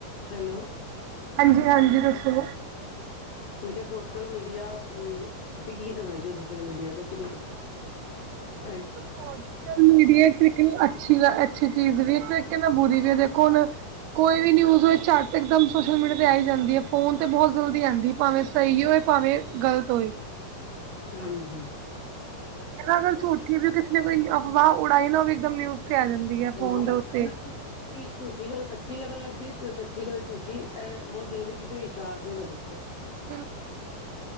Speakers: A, on the left; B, on the right.
A: ਹੈਲੋ।
B: ਹਾਂਜੀ, ਹਾਂਜੀ ਦੱਸੋ।
A: ਮੈਂ ਕਿਹਾ ਸੋਸ਼ਲ ਮੀਡੀਆ ਅਮ, ਤੁਸੀਂ ਕੀ ਸਮਝਦੇ ਹੋ ਸੋਸ਼ਲ ਮੀਡੀਆ ਤੁਸੀ ਐਜ
B: ਸੋਸ਼ਲ ਮੀਡੀਆ ਇੱਕ ਤਰੀਕੇ ਨਾਲ ਅੱਛੀ, ਅੱਛੀ ਚੀਜ਼ ਵੀ ਇੱਕ ਤਰੀਕੇ ਨਾਲ ਬੁਰੀ ਵੀ। ਦੇਖੋ ਹੁਣ ਕੋਈ ਵੀ ਨਿਊਜ਼ ਹੋਵੇ, ਝੱਟ ਇਕਦਮ ਸੋਸ਼ਲ ਮੀਡੀਆ ਤੇ ਆਈ ਜਾਂਦੀ ਏ। ਫੋਨ ਤੇ ਬਹੁਤ ਜਲਦੀ ਆਂਉਦੀ ਏ। ਭਾਵੇਂ ਸਹੀ ਹੋਵੇ ਭਾਵੇਂ ਗਲਤ ਹੋਏ।
A: ਹਾਂਜੀ।
B: ਹੈਨਾ ਅਗਰ ਝੂਠੀ ਵੀ ਕਿਸੇ ਨੇ ਕੋਈ ਅਫਵਾਹ ਉੜਾਈ ਨਾ, ਉਹ ਇੱਕਦਮ ਨਿਊਜ਼ ਤੇ ਆ ਜਾਂਦੀ। ਹੈ
A: ਹਾਂ
B: ਫੋਨ ਦੇ
A: ਔਰ
B: ਉੱਤੇ
A: ਫੇਰ ਨਾ ਕਿ ਝੂਠੀ ਗੱਲ ਸੱਚੀ ਲੱਗਣ ਲੱਗਦੀ ਸੱਚੀ ਗੱਲ ਝੂਠੀ, ਐ ਬਹੁਤ ਜਲਦੀ ਤੁਸੀਂ ਵਿਸ਼ਵਾਸ ਨੀ ਕਰ ਸਕਤੇ।
B: ਹਮ